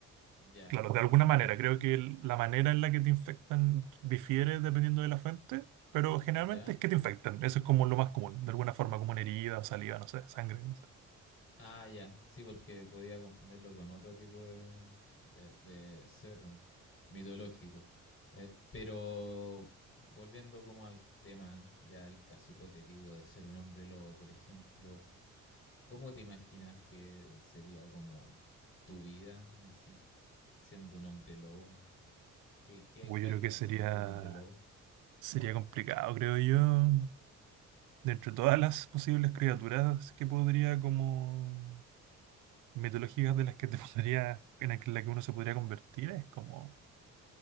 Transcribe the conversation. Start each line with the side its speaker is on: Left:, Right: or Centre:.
Left: Ya,
Right: Claro, de alguna manera, creo que el- la manera en la que te infectan difiere dependiendo de la fuente, pero generalmente
Left: ya.
Right: es que te infectan. Eso es como lo más común, de alguna forma, como una herida, saliva, no sé, sangre, no sé.
Left: Ah, ya. Sí, porque podía confundirlo con otro tipo de, de, de ser mitológico. Eh, pero volviendo como al tema, ya el caso hipotético de ser un hombre lobo, por ejemplo, ¿cómo te imaginas que sería como tu vida así siendo un hombre lobo? ¿Qué, qué,
Right: Uy,
Left: qué
Right: yo
Left: harías
Right: creo que sería,
Left: siendo un hombre lobo?
Right: sería complicado, creo yo. De entre todas las posibles criaturas que podría, como mitológicas de las que te <laughs> podría, en la que en la que uno se podría convertir, es como,